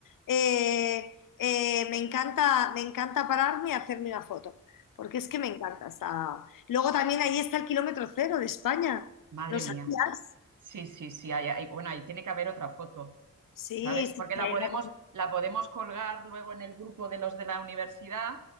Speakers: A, on the left; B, on the right.
A: eh, eh, me encanta, me encanta pararme y hacerme una foto, porque es que me encanta. esa- Luego también ahí está el kilómetro cero de España.
B: Madre
A: ¿Lo sabías?
B: mía. Sí, sí, sí. hay- hay- bueno, ahí tiene que haber otra foto.
A: Sí,
B: ¿sabes?
A: sí,
B: Porque
A: sí,
B: la
A: ahí
B: podemos,
A: la-
B: la podemos colgar luego en el grupo de los de la universidad